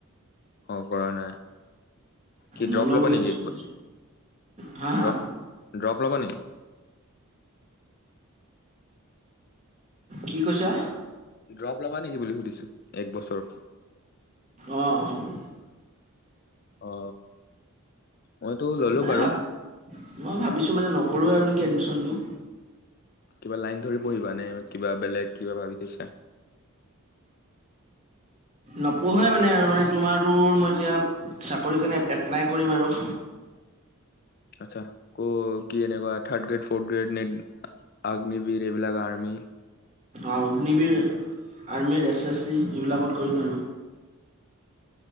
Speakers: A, on the left; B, on the right.
A: অ কৰা নাই। কি
B: নলওঁ
A: ড্ৰপ লবা
B: বুলি
A: নেকি
B: ভাবিছো।
A: একবছৰ,
B: হা হা
A: ড্ৰপ- ড্ৰপ লবা নি?
B: কি কৈছা?
A: ড্ৰপ লবা নিকি বুলি সুধিছো, এক বছৰ।
B: অঁ অঁ'।
A: অ, মইতো ল'লো
B: মানে
A: বাৰু।
B: ভাব মই ভাবিছোঁ মানে, নকৰোঁ আৰু নেকি এডমি্শনটো।
A: কিবা লাইন ধৰি পঢ়িবা নে, এ কিবা বেলেগ কিবা ভাবি থৈছা?
B: নপঢ়োৱে মানে আৰু, মানে তোমাৰতো মই এতিয়া চাকৰি কাৰণে এপ্লাই কৰিম আৰু।
A: আৎচ্ছা, ক' কি এনেকুৱা থাৰ্ড গ্ৰেড, ফৰ্ গ্ৰেড, নে ক অগ্নিবীৰ নে কি এইবিলাক আৰ্মি।
B: অ অগ্নিবীৰ, আৰ্মিৰ, এছ এছ চি এইবিলাকত কৰিম আৰু।